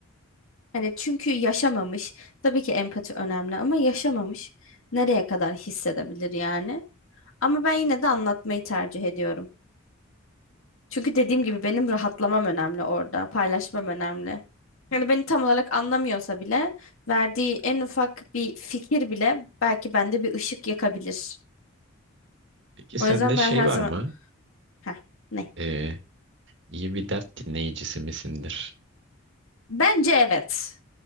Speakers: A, on the left (about 75°); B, on the right (about 60°).
A: Hani çünkü yaşamamış. Tabii ki empati önemli ama yaşamamış. Nereye kadar hissedebilir yani? Ama ben yine de anlatmayı tercih ediyorum. Çünkü dediğim gibi benim rahatlamam önemli orada, paylaşmam önemli. Yani beni tam olarak anlamıyorsa bile verdiği en ufak bir fikir bile belki bende bir ışık yakabilir.
B: peki sende
A: O yüzden
B: şey
A: ben her
B: var
A: zaman...
B: mı?
A: Heh, ne?
B: E, iyi bir dert dinleyicisi misindir?
A: Bence evet.